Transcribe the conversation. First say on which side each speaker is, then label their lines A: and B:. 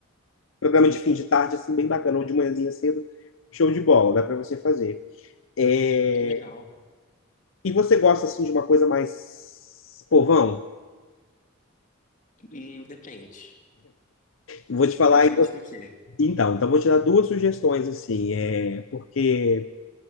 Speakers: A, on the left; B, on the left.
A: Programa de fim de tarde, assim, bem bacana, ou de manhãzinha cedo. Show de bola, dá para você fazer. É,
B: Que legal.
A: E você gosta, assim, de uma coisa mais povão?
B: Hum, depende.
A: Vou te falar.
B: Depende
A: e você-
B: do quê?
A: Então, então vou te dar duas sugestões, assim, é... porque